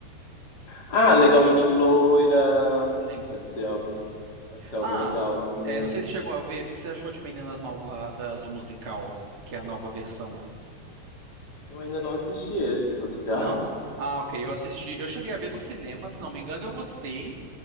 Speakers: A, on the left (about 25°); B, on the right (about 30°).
A: Ah, Legalmente Loira.
B: Sim.
A: Pode ser algo, pode ser algo
B: Ah,
A: legal também.
B: é, não sei se chegou a ver. O que você achou de Meninas Malvadas, o musical, que é a nova versão?
A: Eu ainda não assisti esse, você já?
B: Não? Ah, ok. Eu assisti. Eu cheguei a ver no cinema, se não me engano, eu gostei.